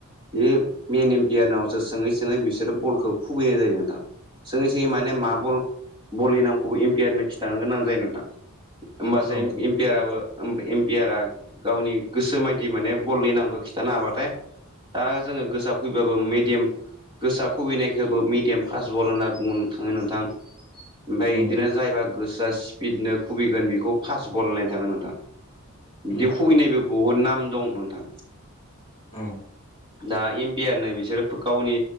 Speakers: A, on the right (about 20°); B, on the left (about 25°).
A: बे मेन बियारानावसो सोङै सोङै बिसोरो बलखौ खुगैनाय जायो नोंथां। सोङै सोङै माने माबल बलनि नामखौबो इम्पियारनो खिथानो गोनां जायो नोंथा। होनोमबास
B: औ
A: इम्पियाराबो इम्पियारा गावनि गोसो बायदि माने बलनि नामखौ खिन्थानो हाबाथाय दा जोङो गोसाब फैब्लााबो मिेडियाम गोसो खुबैनायखौबो मिडियाम फास्ट बल होनना बुंनो थाङो नोंथां। <unintelligible>
B: उम
A: बिदि
B: उम
A: खुबैनायबो बहुद नाम दं नोंथां।
B: औ
A: दा ै बिसोरो गावनि